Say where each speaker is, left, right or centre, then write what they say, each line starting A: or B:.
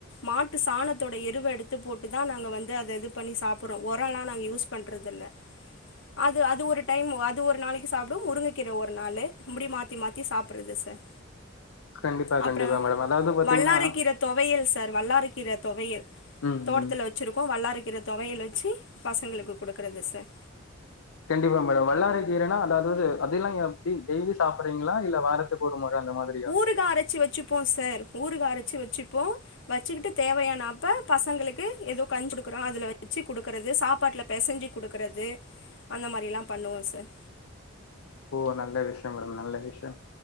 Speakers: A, on the left; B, on the left.
A: மாட்டு சாணத் தோட எருவ எடுத்து போட்டு தா நாங்க வந்து அத இது பண்ணி சாப்புட்றோம் ஒரலாம் நாங்க யூஸ் பண்றது இல்லை
B: <inaudible>
A: அது அது ஒரு டைம் அது ஒரு நாளைக் க்கி சாப்புடும் முருங்ககீர ஒரு நாளு இப்டி மாத்தி மாத்தி சாப்பறது சார்
B: கண்டிப்பா,
A: அப்றம்
B: கண்டிப்பா மேடம். அதாவது பார்த்தீங்கன்னா
A: வல்லரைகீர தொவையல் சார் வல்லாறக் கீற தொவையல்
B: ம்,
A: தோட்டத்துல
B: ம்.
A: வச்சிருக்கோ வல்லாறக் கீற தொவையல் வச்சி பசங்களுக்கு குடுக்கறது சார்
B: கண்டிப்பா மேடம் வல்லரை கீரனா அதாவது அதெல்லா எப்டி டெய்லி சாப்பறீங்களா இல்ல வாரத்துக்கு ஒரு முற அந்த மாரியா
A: ஊறுக்கா அரச்சி வச்சு போம் சார் ஊருக்கா அரச்சி வச்சுப்போ வச்சுக்கிட்டு தேவையானப்ப பசங்களுக்கு ஏதோ <unintelligible> கொடுக்குறோம் அதுல வச்சு குடுக்கறது சாப்பாட்ல பேசஞ்சி குடுக்குறது அந்த மாரிலா பண்ணுவோ சார்
B: ஓ நல்ல விஷயம் மேடம் நல்ல விஷயம்